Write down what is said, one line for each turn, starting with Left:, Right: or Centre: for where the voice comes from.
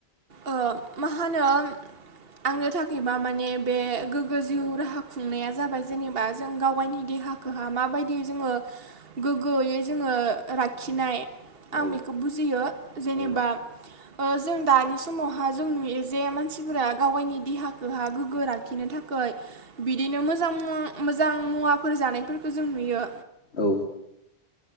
Right: ओ मा होनो आंनो थाखायबा माने बे गोग्गो जिउ राहा खुंनाया जाबाय जेनेबा जों गाव गावनि देहाखौहा माबायदि जोङो गोग्गोयै जोङो लाखिनाय आं
Left: औ
Right: बेखौ बुजियो जेनेबा
Left: औ
Right: ओ जों दानि समावहा जों नुयो जे मानसिफोरा गाव गावनि देहाखौहा गोग्गो लाखिनो थाखाय बिदिनो मोजां मोजां मुवा फोर जानायफोरखौ जों नुयो
Left: औ